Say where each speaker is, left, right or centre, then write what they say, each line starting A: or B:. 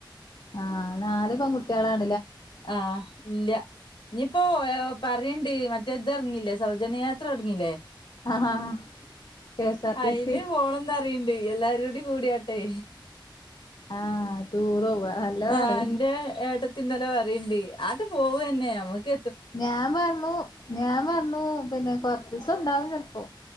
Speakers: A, on the left; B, on the left.
A: ആഹ നാൽ പെൺകുട്ടികളാണ്,
B: ആഹ് ഇല്ല ഇനിയിപ്പോ പറയണ്ട്, മറ്റെ ഇത് ഇറങ്ങില്ലേ, സൗജന്യയാത്ര തുടങ്ങില്ലേ
A: ആഹ് K S R
B: അയിന്
A: T C
B: പോണംന്ന് പറയണ്ട് എല്ലാരും പാടെ കൂടിയാട്ടെ,
A: ആഹ ടൂറ പോവ, നല്ലതാണ്.
B: ആഹ് എന്റെ ഏട്ടത്തി ഇന്നലെ പറണ്ട്, ആട്ട് പോവന്നെ നമുക്ക്
A: ഞാൻ പറഞ്ഞു ഞാൻ പറഞ്ഞു പിന്നെ കുറച്ച് ദിവസം ഉണ്ടാവും ചിലപ്പോ